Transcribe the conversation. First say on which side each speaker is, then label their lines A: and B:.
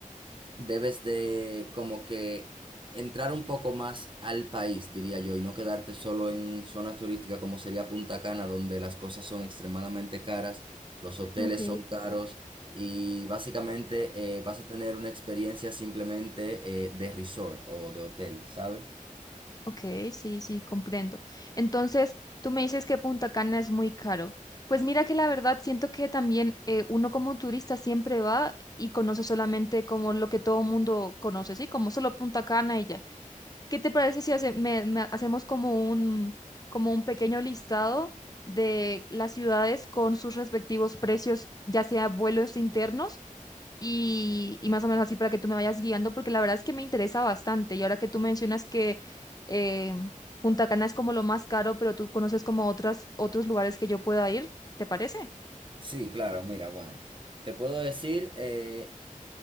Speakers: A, on the right; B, on the left.
A: debes de como que entrar un poco más al país, diría yo, y no quedarte solo en zonas turísticas como sería Punta Cana, donde las cosas son extremadamente caras, los hoteles
B: Ok.
A: son caros. Y básicamente eh, vas a tener una experiencia simplemente eh, de resort o de hotel, ¿sabes?
B: Ok, sí, sí, comprendo. Entonces, tú me dices que Punta Cana es muy caro. Pues mira que la verdad siento que también eh, uno como turista siempre va y conoce solamente como lo que todo mundo conoce, ¿sí? Como solo Punta Cana y ya. ¿Qué te parece si hace- me- me hacemos como un, como un pequeño listado de las ciudades con sus respectivos precios, ya sea vuelos internos? y, y más o menos así para que tú me vayas guiando, porque la verdad es que me interesa bastante. Y ahora que tú mencionas que em, Punta Cana es como lo más caro, pero tú conoces como otras, otros lugares que yo pueda ir, ¿te parece?
A: Sí, claro, mira, bueno, te puedo decir, eh,